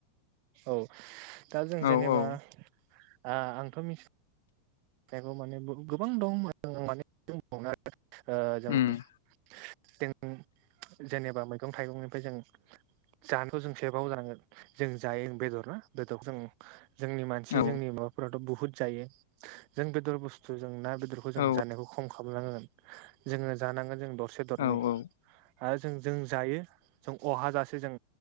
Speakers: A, on the right; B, on the left.
A: औ दा जों
B: औ
A: जेनेबा
B: औ
A: आंथ मिथि <unintelligible>
B: उम
A: जों जेनेबा मैगं थाइगंनिफ्राय जों जानायखौ जों सेबाव जानांगोन जों जायो बेदर ना बेदरखौ जों जोंनि मानसि
B: औ
A: जोंनि माबाफोराथ बुहुद जायो जों बेदर बुस्थु जों ना बेदर जों
B: औ
A: जानायखौ खम खालामनांगोन जोङो जानांगोन जों दरसे दरनै
B: औ औ
A: आरो जों जों जायो जों अहाजासे जों